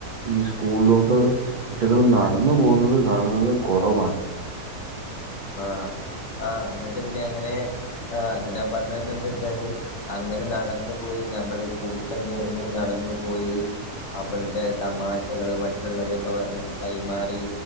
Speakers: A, on the right; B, on the left.
A: ഈ സ്കൂളിലോട്ട് കുട്ടികള് നടന്നു പോകുന്നത് കാണുന്നത് കൊറവാണ്.
B: ആഹ് ആ എന്നിട്ട് പിന്നെ അങ്ങനെ ആ എന്നിട്ടാൻ പറഞ്ഞ എന്താ വെച്ചാല് അങ്ങനെ നടന്നു പോയി ഞമ്മള് കൂട്ടം ചേർന്ന് നടന്ന് പോയി അപ്പഴത്തെ തമാശകള് മറ്റുള്ളതൊക്കെ കൈമാറി